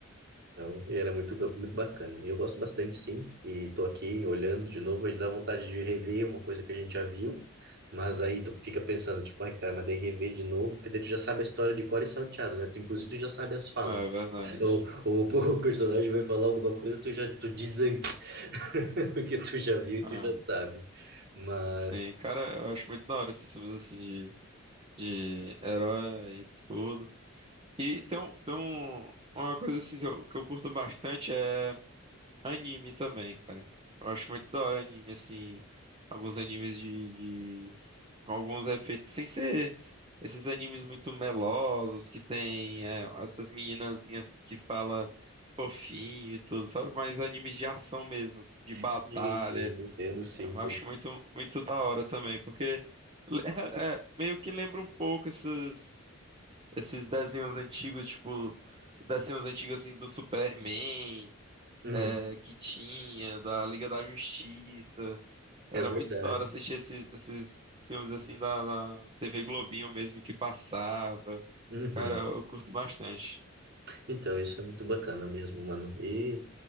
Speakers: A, on the right; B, on the right.
A: Então, e era muito, ga- muito bacana. E eu gosto bastante, sim. E tô aqui olhando de novo, aí dá vontade de rever uma coisa que a gente já viu. Mas daí tu fica pensando, tipo, ai, cara, mas daí rever de novo, porque daí tu já sabe a história de cor e salteado, né? Tu, inclusive, tu já sabe as falas.
B: Ah, é verdade.
A: <laughs> O, o, o personagem vai falar alguma coisa, tu já tu diz antes, <laughs> porque tu já viu e
B: Ah,
A: tu já sabe. Mas,
B: sim, cara, eu acho muito da hora esses filmes assim de, de herói e tudo. E tem, um, tem um- uma coisa assim que eu, que eu curto bastante é Anime também, cara. Eu acho muito da hora anime, assim. Alguns animes de, de- Com alguns efeitos. Sem ser esses animes muito melosos que tem é, essas meninazinhas assim, que fala fofinho e tudo, sabe? Mas animes de ação mesmo, de batalha.
A: sim, eu entendo, sim.
B: Eu acho muito, muito da hora também, porque é- <laughs> é, meio que lembra um pouco esses, esses desenhos antigos, tipo. Desenhos antigos assim do Superman
A: Hum,
B: é, que tinha, da Liga da Justiça.
A: é
B: Era
A: verdade.
B: muito da hora assistir esses, esses filmes assim da, da TV Globinho mesmo que passava.
A: Uhum.
B: Cara, eu, eu curto bastante.
A: Então, isso é muito bacana mesmo, mano. E